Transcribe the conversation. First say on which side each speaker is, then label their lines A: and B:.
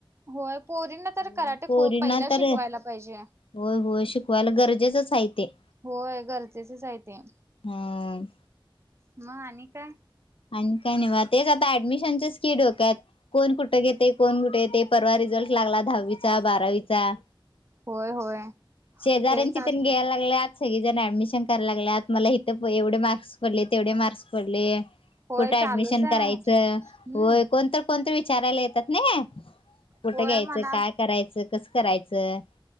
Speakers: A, on the right; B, on the left.
A: होय पोरीना तर
B: हो,
A: कराटे
B: पोरींना
A: खूप पहिला
B: तर
A: शिकवायला पाहिजे.
B: होय होय शिकवायला गरजेचंच आहे ते.
A: होय गरजेचच आहे ते.
B: हम्म.
A: मग आणि काय?
B: आणि काही नाही बा तेच आता ऍडमिशनच्याच ककी डोक्यात. कोण कुठं घेते? कोण कुठे येते? परवा रिझल्ट लागला दहावीचा बारावीचा.
A: होय होय
B: शेजऱ्यांची
A: तेच आता
B: त्यां घ्यायला लागल्यात. सगळी जण ऍडमिशन कराय लागत मला इथं एवढे मार्क्स पडले, तेवढे मार्क्स पडले.
A: होय
B: कुठे
A: चालूच
B: ऍडमिशन
A: आहे
B: करायचं
A: हम्म
B: व कोणत कोणत विचारायला येतात नाही. कुठं
A: होय
B: घ्यायचं?
A: म्हणा
B: काय करायचं? कसं करायचं?